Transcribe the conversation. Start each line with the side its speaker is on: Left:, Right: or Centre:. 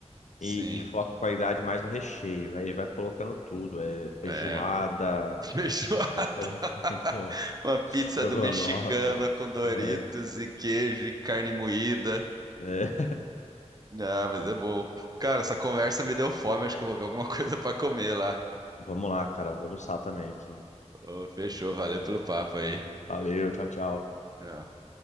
Right: sim.
Left: E, e foca a qualidade mais no recheio. Aí vai colocando tudo. É feijoada,
Right: É, <laughs> feijoada.
Left: vai
Right: <laughs>
Left: colocando <laughs>
Right: Uma pizza
Left: estrogonofe.
Right: do mexicano com Doritos
Left: É,
Right: e queijo e carne moída.
Left: é.
Right: Ah, mas é bom. Cara, essa conversa me deu fome. Acho que eu vou ver alguma <laughs> coisa pra comer lá.
Left: Vamos lá, cara. Vou almoçar também aqui.
Right: Ô, fechou, valeu pelo papo aí.
Left: Valeu, tchau, tchau.
Right: Tchau.